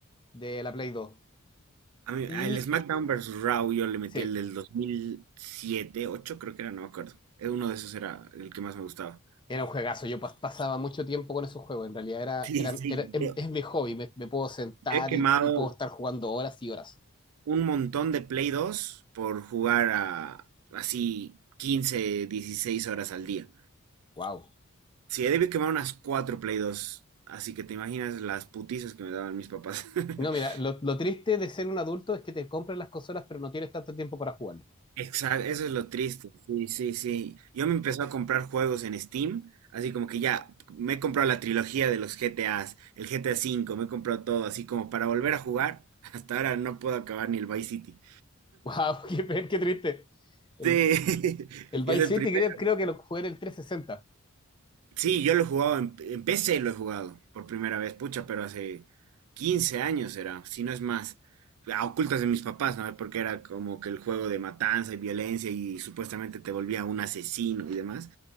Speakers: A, on the left (about 20°); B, on the right (about 80°).
A: de la Play dos
B: A mí-
A: Y
B: al SmackDown versus Raw yo le metí
A: sí,
B: el del 2007, 8 creo que era, no me acuerdo. Eh, Uno de esos era el que más me gustaba.
A: era un juegazo, yo pas- pasaba mucho tiempo con esos juegos, en realidad era,
B: Sí,
A: era,
B: sí,
A: era- em-
B: yo-
A: es, mi hobby, me, me puedo sentar
B: He quemado
A: y, y puedo estar jugando horas y horas.
B: un montón de Play 2 por jugar a así 15, 16 horas al día.
A: Wow.
B: Sí, he debido quemar unas 4 Play 2, así que te imaginas las putizas que me daban mis papás. <laughs>
A: No, mira, lo, lo triste de ser un adulto es que te compras las consolas, pero no tienes tanto tiempo para jugarlo.
B: Exacto, eso es lo triste. Sí, sí, sí. Yo me empezó a comprar juegos en Steam, así como que ya me he comprado la trilogía de los GTAs, el GTA V, me he comprado todo, así como para volver a jugar. <laughs> Hasta ahora no puedo acabar ni el Vice City.
A: Wow, <laughs> qué, pe- qué triste. El,
B: Sí, <laughs>
A: el
B: y
A: Vice
B: es el primer.
A: City creo, creo que lo jugué en el 360.
B: Sí, yo lo he jugado en, en PC, lo he jugado por primera vez, pucha, pero hace 15 años era, si no es más. A ocultas de mis papás, ¿no? Porque era como que el juego de matanza y violencia y supuestamente te volvía un asesino y demás.